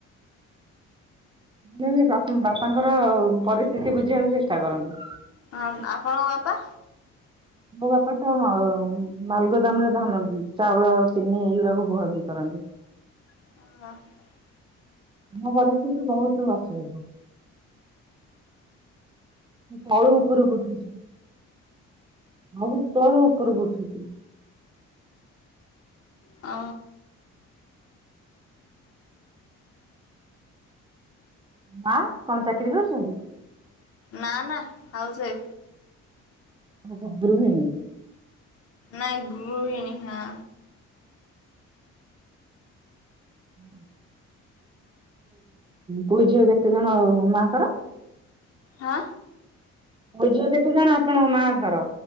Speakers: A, on the right (about 15°); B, on the left (about 50°).
A: ହେଲେ ବି ବାପାଙ୍କର ପରିସ୍ଥିତି ବୁଝିବାକୁ ଚେଷ୍ଟା କରନ୍ତୁ।
B: ହଁ ଆପଣଙ୍କ ବାପା?
A: ମୋ ବାପା ତ ମାଲ ମାଲଗୋଦାମ ରେ ଧାନ, ଚାଉଳ, ଚିନି ଏଇଗୁରାକୁ ବୁହା ବୁହି କରନ୍ତି।
B: <inaudible>
A: ଆମ ପରିସ୍ଥିତି ବହୁତ ଅସୁବିଧା। ତଳୁ ଉପୁରୁକୁ ଉଠିଚୁ। ବହୁତ ତଳୁ ଉପରକୁ ଉଠିଚୁ।
B: ଅ
A: ମା କଣ ଚାକିରୀ କରୁଚନ୍ତି?
B: ନା ନା ଆଉ ସେ
A: ଓହୋ ଗୃହିଣୀ।
B: ନାଇଁ ଗୃହିଣୀ ହଁ।
A: <unintelligible> ପୁଅ ଝିଅ କେତେ ଜଣ ମାଙ୍କର?
B: ହା
A: ପୁଅ ଝିଅ କେତେ ଜଣ ଆପଣଙ୍କ ମାଆଙ୍କର